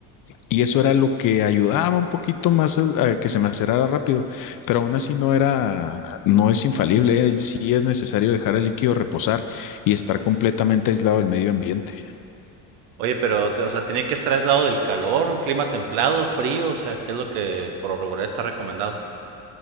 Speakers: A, on the left; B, on the right.
A: y eso era lo que ayudaba un poquito más a, a que se me acerara rápido, pero aún así no era, no es infalible, ¿eh? Sí es necesario dejar el líquido reposar y estar completamente aislado del medio ambiente.
B: Oye, pero, te- o sea, tiene que estar aislado del calor, un clima templado, frío, o sea, ¿qué es lo que por lo regular está recomendado?